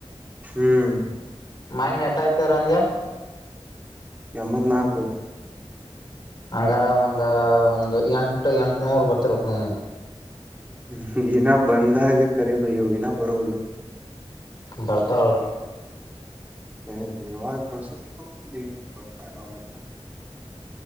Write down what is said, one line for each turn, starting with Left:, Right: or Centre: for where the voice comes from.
Right: ಹ್ಮ್
Left: ಮೈಂಡ್ ಅಟ್ಯಾಕು ರವಂಗೆ
Right: ಎಂಬತ್ನಾಲ್ಕು
Left: ಹಂಗಾರ ಒಂದ ಒಂದ್ ಎಂಟ ಎಂಟನೂರ್ ಬರ್ತಿರಬೇಕ್ ನೋಡ್ ನಿನಗೆ
Right: ಹ್ಮ್ ಈನ ಬಂದಾಗ ಕರಿಬಯ್ಯ ಇನ ಬರೋಲು
Left: ಬರ್ತಾವ್ಳ
Right: ಏಲ್ಲಿ ಯಾವಾಗ ಪ್ರೊಸೆಸಿಂಗು ಬರ್ಲಿಲ್ಲ ಏನು ಇಲ್ಲ ಬರ್ತಾ ಯಾವಗ ಬರ್ತ